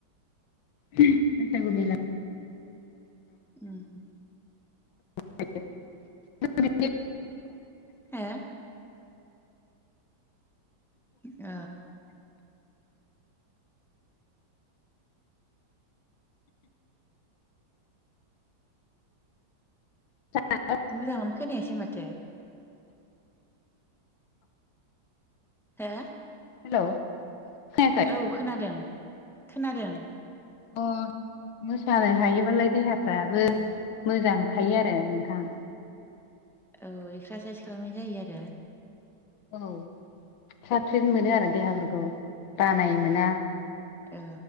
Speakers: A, on the left; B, in the centre.
A: बैसागु मेला।
B: उम
A: <unintelligible>
B: हो ओ
A: <unintelligible>
B: मोजांखौनो खोनायासै माथो। हो
A: हेलौ खोनायाखै?
B: औ खोनादों खोनादों।
A: अ मोसानो हायोबालाय देहाफ्राबो मोजां थायो आरो नोंथां।
B: औ एक्सारसाइस खालामनाय जायो आरो।
A: औ फ्राथ फ्रिथ मोनो आरो देहाफोरखौ। बानाय मोना
B: औ